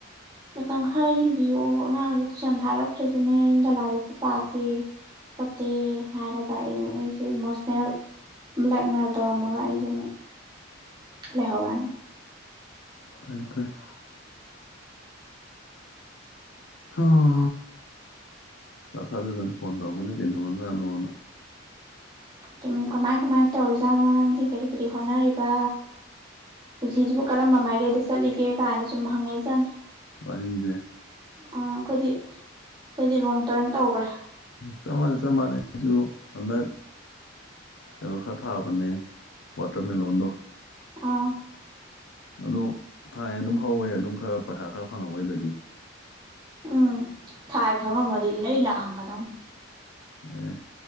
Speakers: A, on the right (about 20°); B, on the left (about 65°).
A: ꯃꯇꯝ ꯈꯔ ꯌꯦꯡꯕꯤꯌꯑꯣ ꯑꯉꯥꯡꯁꯦ ꯇꯨꯏꯁꯟ ꯊꯥꯔꯛꯇ꯭ꯔꯁꯨꯅꯦ ꯌꯨꯝꯗ ꯂꯥꯏꯔꯤꯛꯁꯦ ꯄꯥꯗꯦ ꯈꯣꯠꯇꯦ ꯍꯥꯏꯔꯒ ꯑꯩ ꯑꯩꯁꯦ ꯏꯃꯣꯁꯅꯦꯜ ꯕ꯭ꯂꯦꯛꯃꯦꯜ ꯇꯧꯔꯝꯃꯒ ꯑꯩꯁꯦ ꯑꯃꯨꯛ ꯂ ꯂꯩꯦꯍꯧꯔꯅ
B: ꯐꯔꯦ ꯐꯔ ꯑꯣ ꯇ ꯑꯗꯨ ꯐꯣꯟꯗꯕꯨ ꯀꯕꯖꯅꯕꯅ
A: ꯑꯗꯨꯨꯝ ꯀꯃꯥꯏ ꯀꯃꯥꯏ ꯇꯧꯔꯤꯨꯖꯥꯠꯅꯣ ꯅꯥꯡꯗꯤ ꯀꯔꯤ ꯀꯔꯤ ꯍꯣꯠꯅꯔꯤꯕ ꯄꯨꯟꯁꯤꯁꯤꯕꯨ ꯀꯔꯝꯕ ꯃꯥꯏꯀꯩꯗ ꯆꯠꯂꯤꯒꯦ ꯀꯥꯏꯅ ꯁꯨꯝ ꯍꯪꯉꯛꯏ ꯆꯥꯅꯤ
B: ꯋꯥꯔꯤꯁꯦ
A: ꯑꯩꯈꯣꯏꯗꯤ ꯑꯩꯈꯣꯏꯗꯤ ꯔꯣꯡ ꯇꯔꯟ ꯇꯧꯈ꯭ꯔꯦ
B: ꯁꯃꯅꯦ ꯁꯃꯅꯦꯁꯨ ꯍꯟꯗꯛ ꯀꯩꯅꯣ ꯈꯔ ꯊꯥꯕꯅꯦ ꯋꯥꯇꯔꯃꯦꯂꯣꯟꯗꯣ
A: ꯑꯥ
B: ꯑꯗꯨ ꯊꯥꯏꯌꯦ ꯑꯗꯨꯝ ꯍꯧꯋꯦ ꯑꯗꯨꯝ ꯈꯔ ꯄꯩꯁꯥ ꯈꯔ ꯐꯪꯉꯛꯑꯣꯏꯗꯒꯤ
A: ꯎꯝ ꯊꯥꯏ ꯈꯪꯉꯝꯃꯗꯤ ꯂꯩ ꯂꯥꯡꯒꯗꯧꯅꯤ
B: ꯑꯦ